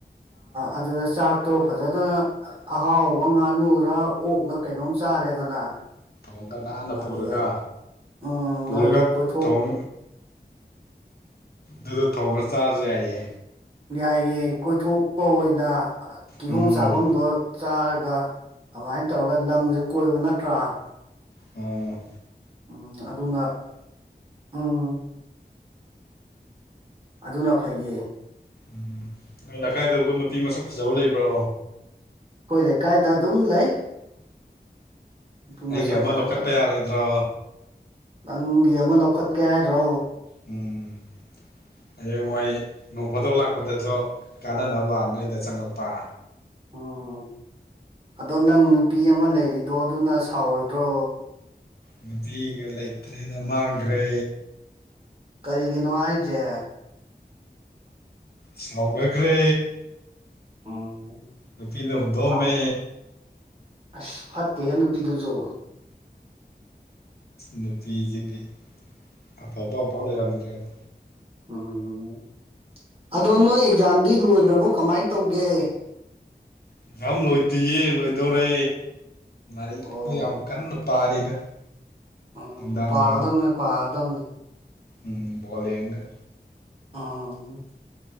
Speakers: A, on the right (about 35°); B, on the left (about 65°).
A: ꯑꯗꯨꯗ ꯆꯥꯛꯇꯣ ꯐꯖꯗꯅ ꯑꯍꯥꯎꯕ ꯉꯥꯅꯨꯔ ꯑꯣꯛꯂ ꯀꯩꯅꯣꯝ ꯆꯥꯔꯦꯗꯅ
B: <unintelligible> ꯅꯥꯟꯅ
A: ꯑꯗꯨꯗ
B: ꯄꯨꯔꯒ
A: ꯎꯝ
B: ꯄꯨꯔꯒ
A: ꯑꯗꯨꯒ ꯀꯣꯏꯊꯣꯛ
B: ꯊꯣꯡ ꯑꯗꯨꯗ ꯊꯣꯡꯉꯒ ꯆꯥꯔꯖꯨ ꯍꯥꯏꯌꯦ
A: ꯌꯥꯏꯌꯦ ꯀꯣꯏꯊꯣꯛꯄ ꯑꯣꯏꯅ ꯀꯤꯍꯣꯝ
B: ꯎꯝ
A: ꯆꯥꯕꯝꯗꯣ ꯆꯥꯔꯒ ꯑꯗꯨꯃꯥꯏꯅ ꯇꯧꯔꯒ ꯂꯝꯁꯨ ꯀꯣꯏꯕ ꯅꯠꯇ꯭ꯔꯥ
B: ꯎꯝ
A: ꯎꯝ ꯑꯗꯨꯅ ꯎꯝ ꯑꯗꯨꯅ ꯐꯩꯌꯦ
B: ꯎꯝ ꯅꯣꯏ ꯂꯩꯀꯥꯏꯗꯕꯨ ꯅꯨꯄꯤ ꯃꯁꯛ ꯐꯖꯕ ꯂꯩꯕ꯭ꯔꯣ
A: ꯑꯩꯈꯣꯏ ꯂꯩꯀꯥꯏꯗ ꯑꯗꯨꯝ ꯂꯩ ꯅꯨꯄꯤ
B: ꯑꯩꯒꯤ
A: ꯃꯁꯛ
B: ꯑꯃ
A: ꯐꯖ
B: ꯂꯧꯈꯠꯄ
A: ꯐꯖꯕ
B: ꯌꯥꯔꯣꯏꯗ꯭ꯔꯣ
A: ꯅꯪꯒꯤ ꯑꯃ ꯂꯧꯈꯠꯀꯦ ꯍꯥꯏꯔꯣ
B: ꯎꯝ ꯍꯌꯦꯋꯥꯏ ꯅꯣꯡ ꯐꯥꯇꯣꯛ ꯂꯥꯛꯄꯗꯁꯨ ꯀꯥꯟꯅꯅꯕ ꯅꯣꯏꯗ ꯆꯪꯉꯛꯄ
A: ꯑꯣ ꯑꯗꯣ ꯅꯪ ꯅꯨꯄꯤ ꯑꯃ ꯂꯩꯔꯤꯗꯣ ꯑꯗꯨꯅ ꯁꯥꯎꯔꯣꯏꯗ꯭ꯔꯣ
B: ꯅꯨꯄꯤꯒ ꯂꯩꯇ꯭ꯔꯦꯗ ꯃꯥꯡꯒ꯭ꯔꯦ
A: ꯀꯔꯤꯒꯤꯅꯣ ꯍꯥꯏꯖꯦ
B: ꯁꯥꯎꯅꯒ꯭ꯔꯦ
A: ꯎꯝ
B: ꯅꯨꯄꯤꯅ ꯍꯨꯟꯗꯣꯛꯑꯝꯃꯦ
A: ꯁꯥꯎ ꯑꯁ ꯐꯠꯇꯦꯍꯦ ꯅꯨꯄꯤꯗꯨꯁꯨ
B: ꯅꯨꯄꯤꯖꯤꯗꯤ ꯑꯐꯕ ꯑꯃꯐꯥꯎ ꯂꯩꯔꯝꯗ꯭ꯔꯦꯗ
A: ꯎꯝ ꯑꯗꯣ ꯅꯣꯏ ꯑꯦꯛꯖꯥꯝꯗꯤ ꯂꯣꯏꯒ꯭ꯔꯕꯣ ꯀꯃꯥꯏꯅ ꯇꯧꯒꯦ
B: ꯑꯦꯛꯖꯝ ꯂꯣꯏꯗꯤꯌꯦ ꯂꯣꯏꯗꯧꯔꯦ <unintelligible>
A: ꯑꯣ
B: ꯌꯥꯝ ꯀꯟꯅ ꯄꯥꯔꯤꯗ
A: ꯎꯝ
B: ꯅꯨꯡꯗꯥꯡ
A: ꯄꯥꯒꯗꯝꯕꯅꯦ
B: ꯅꯨꯡꯗꯥꯡ
A: ꯄꯥꯒꯗꯝꯕꯅꯦ
B: ꯎꯝ ꯕꯣꯜ ꯌꯦꯡꯒꯦ
A: ꯎꯝ